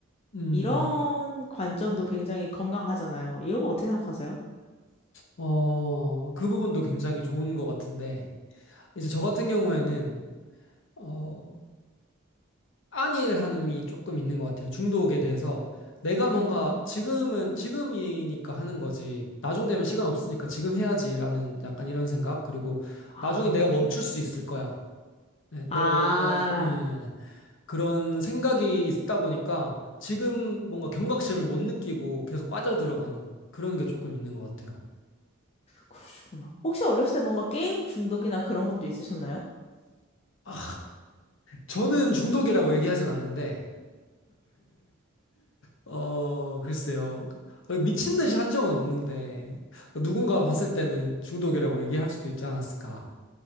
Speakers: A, on the left; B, on the left.
A: 음,
B: 이런 관점도 굉장히 건강하잖아요. 이런 거 어떻게 생각하세요?
A: 어, 그 부분도 굉장히 좋은 것 같은데, 이제 저 같은 경우에는, 어, 안일함이 조금 있는 것 같아요. 중독에 대해서. 내가 뭔가
B: 음.
A: 지금은, 지금이니까 하는 거지. 나중 되면 시간 없으니까 지금 해야지라는 약간 이런 생각. 그리고
B: 아,
A: 나중에 내가 멈출 수 있을 거야. 네, 내가
B: 아,
A: 멈, 뭐, 네, 그런 생각이 있다 보니까 지금 뭔가 경각심을 못 느끼고 계속 빠져들어가는 그런 게 조금 있는 것 같아요.
B: 그러시구나. 혹시 어렸을 때 뭔가 게임 중독이나 그런 것도 있으셨나요?
A: 아, 저는 중독이라고 얘기하진 않는데, 어, 글쎄요. 어, 미친 듯이 한 적은 없는데, 누군가 봤을 때는 중독이라고 얘기할 수도 있지 않았을까.